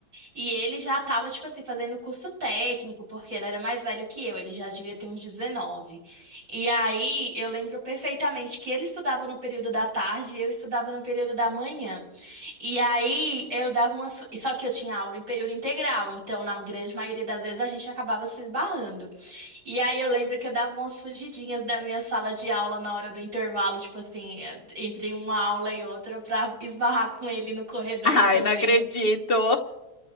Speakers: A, on the right; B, on the left.
A: E ele já tava, tipo assim, fazendo curso técnico, porque ele era mais velho que eu, ele já devia ter uns dezenove E aí eu lembro perfeitamente que ele estudava no período da tarde e eu estudava no período da manhã. E aí eu dava umas. Só que eu tinha aula em período integral, então na grande maioria das vezes a gente acabava se esbarrando. E aí eu lembro que eu dava umas fugidinhas da minha sala de aula na hora do intervalo, tipo assim, eh, entre uma aula e outra, pra esbarrar com ele no corredor
B: Ai,
A: também.
B: não acredito.